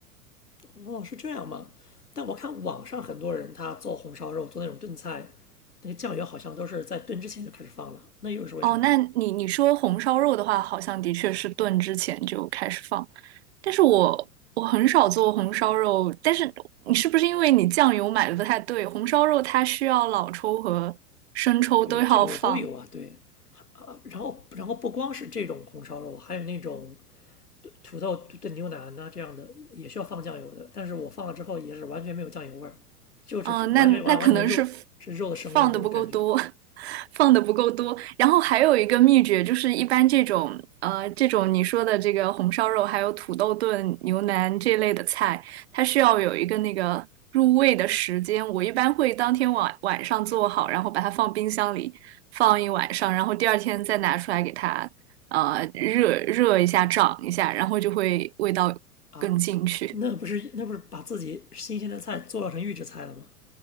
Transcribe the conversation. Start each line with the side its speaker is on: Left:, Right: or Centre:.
Left: 哦，是这样吗？但我看网上很多人他做红烧肉，做那种炖菜，那个酱油好像都是在炖之前就开始放了，那又是为什么呢？
Right: 哦，那你你说红烧肉的话，好像的确是炖之前就开始放，但是我我很少做红烧肉，但是你是不是因为你酱油买的不太对？红烧肉它需要老抽和生抽都要放，
Left: 对，这个我都有啊，对啊，然后然后不光是这种红烧肉，还有那种土豆炖牛腩呐、这样的也需要放酱油的，但是我放了之后也是完全没有酱油味儿，就只是完全完完全是肉是肉的生味儿那种感觉
Right: 哦，那那可能是 f- 放的不够多，<laughs> 放的不够多。然后还有一个秘诀，就是一般这种呃这种你说的这个红烧肉，还有土豆炖牛腩这类的菜，它需要有一个那个入味的时间。我一般会当天晚晚上做好，然后把它放冰箱里放一晚上，然后第二天再拿出来给它呃热热一下，涨一下，然后就会味道更进去。
Left: 啊，那不是那不是把自己新鲜的菜做成预制菜了吗？